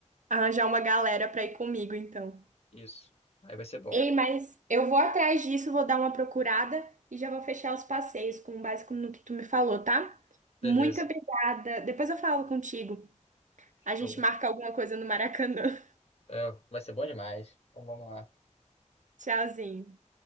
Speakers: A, on the right (about 75°); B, on the left (about 55°).
A: Arranjar uma galera pra ir comigo, então.
B: Isso. Aí vai ser bom.
A: Ei, mas eu vou atrás disso, vou dar uma procurada e já vou fechar os passeios com base no que tu me falou, tá?
B: Beleza.
A: Muito obrigada. Depois eu falo contigo.
B: Show.
A: A gente marca alguma coisa no Maracanã.
B: É, vai ser bom demais. Então vamos lá.
A: <laughs> Tchauzinho.